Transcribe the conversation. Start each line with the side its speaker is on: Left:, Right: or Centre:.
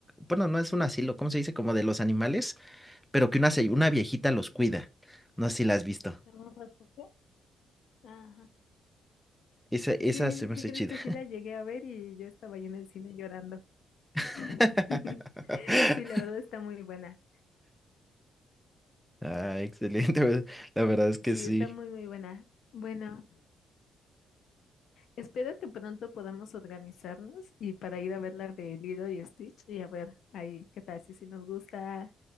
Centre: bueno, no es un asilo, ¿cómo se dice? Como de los animales, pero que una, se- una viejita los cuida. No sé si la has visto.
Left: ¿Un refugio? Ajá.
Centre: Esa, esa
Left: Sí,
Centre: se me
Left: ¿qué
Centre: hace
Left: crees
Centre: chida.
Left: que sí la llegué a ver y yo estaba ahí en el cine llorando?
Centre: <laughs>
Left: <laughs> Sí, la verdad está muy buena.
Centre: Ah, excelente, pues, la verdad es que
Left: Sí,
Centre: sí.
Left: está muy, muy buena. Bueno, espero que pronto podamos organizarnos y para ir a ver la de Lilo y Stitch y a ver ahí qué tal, si, si nos gusta,